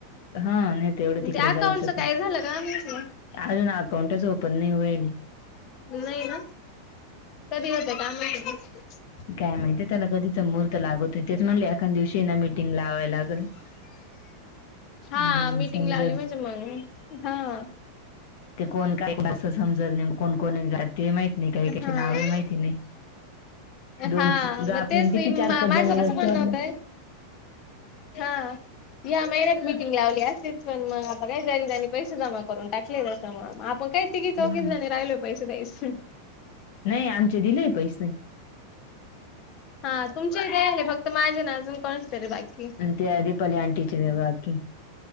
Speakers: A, on the left (about 60°); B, on the left (about 40°).
A: हा नाही तर एवढं तिकडे
B: त्या
A: जायचं
B: अकाउंटच काय झालं <inaudible> ग <unintelligible> काय माहीती
A: अजून अकाउंटच ओपन नाही होयले
B: नाही ना कधी होतंय काय माहीती <inaudible>
A: काय माहिती त्याला कधीचा मुहूर्त लागतोय तेच म्हणले एखाद्या दिवशीये ना मिटिंग लावाय लागल <inaudible> <inaudible>
B: हा
A: म्हणजे मग
B: मीटिंग
A: समजल
B: लावली म्हणजे मंग हा <inaudible>
A: ते कोण काय -कसं समजल नेमकं कोण कोण आहेत ते माहीती नाही काही
B: हा
A: काहीची नावही माहिती नाही दोन
B: हा मग
A: आपण
B: तेच
A: किती
B: ताई
A: चार पाच
B: माझं
A: जणी जर
B: कसं
A: सोडलं
B: <unintelligible> म्हणणं होतंय हा या महिन्यात मीटिंग लावली असतीच पण मग आता काय ज्यांनी -ज्यांनी पैसे जमा करून टाकले त्याच्यामुळं मग आपण काहीच तिघी चौघीच
A: हा
B: जणी राहिलोय पैसे द्यायचे <inaudible>
A: नाही आमचे दिलेय पैसे
B: हा तुमचे <inaudible> दियेले फक्त माझे आणि अजून कोणाचे तरी बाकीये
A: पण त्या आधी पल्या आंटीचे ते बाकी